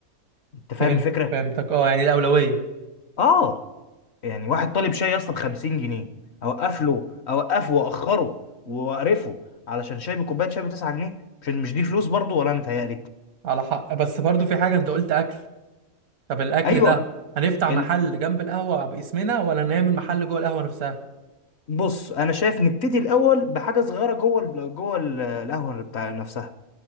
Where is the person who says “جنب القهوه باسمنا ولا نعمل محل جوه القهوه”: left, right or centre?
Right